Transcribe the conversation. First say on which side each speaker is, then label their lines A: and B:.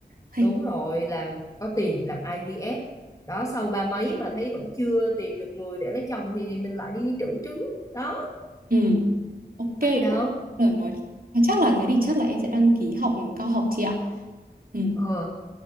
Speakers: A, on the right; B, on the left.
A: hey
B: đúng rồi, làm có tiền thì làm IVF. Đó sau ba mấy mà thấy vẫn chưa tìm được người để lấy chồng thì mình lại đi trữ trứng. Đó,
A: Ừ, ok.
B: có gì đâu.
A: Rồi nói chắc là thế thì chắc là em sẽ đăng ký học cao học chị ạ. Ừ.
B: Ờ